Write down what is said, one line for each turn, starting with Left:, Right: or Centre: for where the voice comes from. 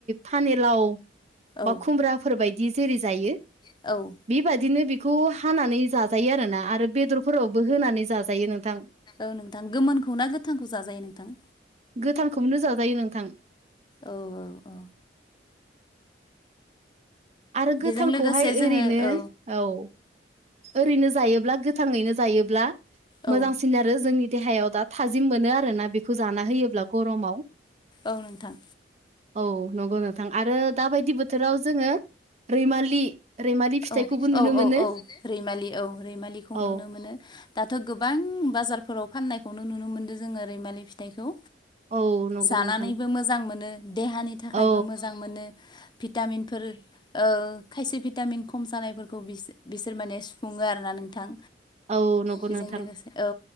Right: फानिलाव बा
Left: औ
Right: खुमब्राफोरबायायदि जेरै जायो।
Left: औ
Right: बेबायदिनो बेखौ हानानै जाजायो आरोना आरो बेदरफोरावबो होनानै जाजायो नोंथां
Left: औ नोंथां गोमोनखौ ना गोथांखौ जाजायो नोंथां
Right: गोथांखौनो जाजायो नोंथां
Left: औ औ औ
Right: आरो गोथांखौहाय
Left: बेजों लोगोसे जोङो
Right: ओरैनो
Left: औ
Right: औ ओरैनो जायोब्ला गोथांङैनो जायोब्ला
Left: औ
Right: मोजांसिन आरो जोंनि देहायाव दा थाजिम मोनो आरोना बेखौ जाना होयोब्ला गरमाव <inaudible>
Left: औ नोंथां
Right: औ नंगौ नोंथां आरो दाबायदि बोथोराव जोंङो रैमालि रैमालि फिथाइखौबो
Left: औ
Right: नुनो
Left: औ
Right: मोनो।
Left: औ औ रैमालि औ रैमालिखौ
Right: औ
Left: नुनो मोनो। दाथ' गोबां बाजारफोराव फाननायखौनो नुनो मोनदों जोंङो रैमालि फिथाइखौ
Right: औ नंगौ
Left: जानानैबो
Right: नोंथां
Left: मोजां मोनो देहानि थाखायबो
Right: औ
Left: मोजां मोनो भिटामिनफोर खायसे भिटामिन खम जानायफोरखौ बिसोर माने सुफुं आरोना नोंथां
Right: औ नंगौ
Left: बे
Right: नोंथां
Left: लोगोसे औ